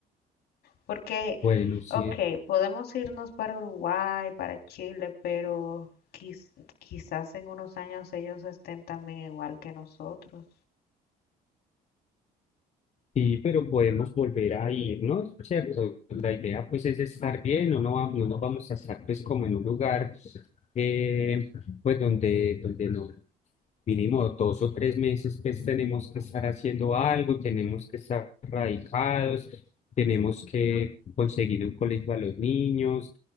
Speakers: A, on the left (about 70°); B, on the left (about 40°).
A: Porque,
B: Bueno, sí,
A: ok, podemos irnos para Uruguay, para Chile, pero quiz- quizás en unos años ellos estén también igual que nosotros.
B: sí, pero podemos volver a ir, ¿no? ¿Cierto? La idea pues es estar bien, no, no, va- no nos vamos a estar pues como en un lugar eh, pues donde, donde no, mínimo dos o tres meses, pues tenemos que estar haciendo algo, tenemos que estar radicados, tenemos que conseguir un colegio a los niños,